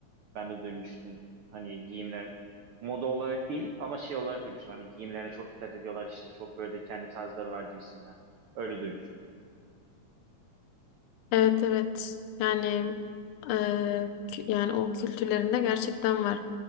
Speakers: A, on the right; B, on the left.
A: ben de duymuştum. Hani giyimler moda olarak değil ama şey olarak duymuştum. Hani giyimlerine çok dikkat ediyorlar işte. Çok böyle kendi tarzları var gibisinden. Öyle duymuştum.
B: Evet evet. Yani e, kü- yani o kültürlerinde gerçekten var.